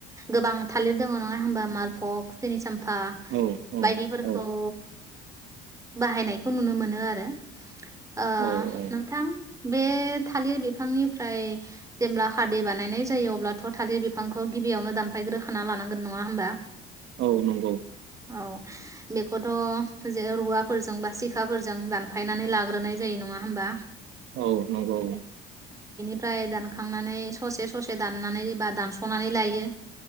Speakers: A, on the right; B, on the right.
A: गोबां थालिर दङ नङा होनबा मालभक सेनि साम पा
B: औ औ
A: बायदिफोर
B: औ
A: <unintelligible> बाहायनायखौ नुनो मोनो। आरो। ओ
B: औ औ
A: नोंथां बे थालिर बिफांनिफ्राय जेब्ला खारदै बानायनाय जायो अब्लाथ' थालिर बिफांखौ गिबियावनो दानफायग्रोखाना लानांगोन नङा होमबा?
B: औ नंगौ।
A: औ बेखौथ' जों रुवाफोरजों बा सिखाफोरजों जों दानफायनानै लाग्रोनाय जायो नङा होमबा?
B: औ नंगौ।
A: फ्राय दानखांनानै ससे ससे दाननानैबा दानस'नानै लायो